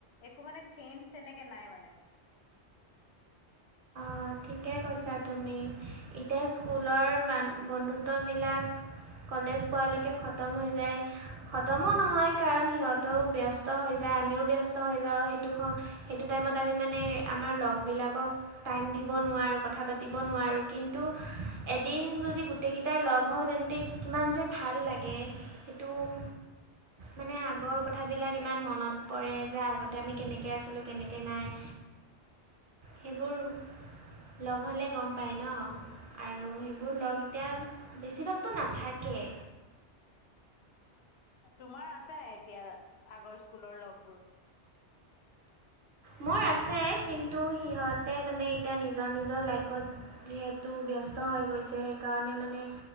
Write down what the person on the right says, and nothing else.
অঁ ঠিকে কৈছা তুমি এতিয়া স্কুলৰ বান বন্ধুত্ববিলাক। কলেজ পোৱালৈকে খতম হৈ যায়। খতমো নহয় কাৰণ সিহঁতেও ব্যস্ত হৈ যায় আমিও ব্যস্ত হৈ যাওঁ সেইটো। সেইটো টাইমত আমি মানে আমাৰ লগবিলাকক টাইম- দিব নোৱাৰোঁ, কথা পাতিব নোৱাৰোঁ কিন্তু এদিন যদি গোটেইকেইটাই লগ হওঁ তেন্তে- কিমান যে ভাল লাগে সেইটো- মানে আগৰ কথাবিলাক ইমান মনত পৰে যে আগতে আমি কেনেকৈ আছিলোঁ কেনেকৈ নাই। সেইবোৰ- লগ হ'লে গম পায় ন। আৰু সেইবোৰ লগ এতিয়া বেছিভাগতো নাথাকেই।
মোৰ আছে কিন্তু সিহঁতে মানে এতিয়া নিজৰ নিজৰ লাইফত- যিহেতু ব্যস্ত হৈ গৈছে সেইকাৰণে মানে-